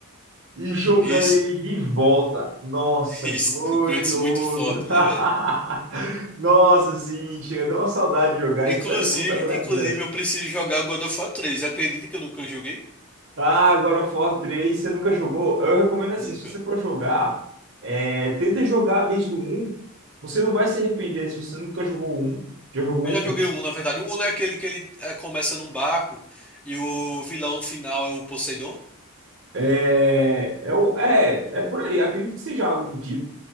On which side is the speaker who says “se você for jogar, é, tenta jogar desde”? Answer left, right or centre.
Right